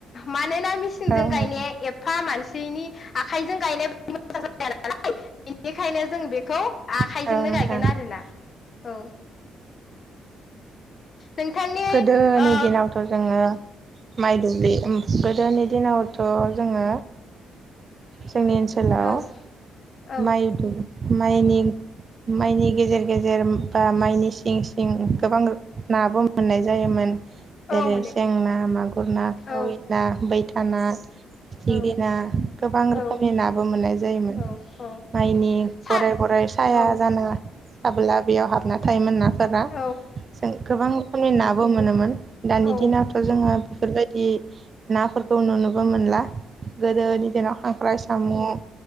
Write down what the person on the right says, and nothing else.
औ
नोंथां
औ नोंथां
गोदोनि
दिनावथ' जोङो माइ दुब्लि गोदोनि दिनावथ' जोङो जोंनि ओनसोलाव
माइ दु माइनि माइनि गेजेर-गेजेर बा माइनि सिं-सिं गोबां नाबो मोननाय जायोमोन जेरै
सें ना मागुर ना खावै
ना बैथा ना फिथिख्रि
ना गोबां
रोखोमनि नाबो मोननाय जायोमोन
माइनि
गराय गराइ साया
जाना थाबोला बेयाव हाबना थायोमोन नाफोरा
जों गोबां खोमनि नाबो मोनोमोन दानि
दिनावथ' जोङो बेफोरबादि नाफोरखौ नुनोबो मोनला गोदोनि दिनाव खांख्राय सा साम'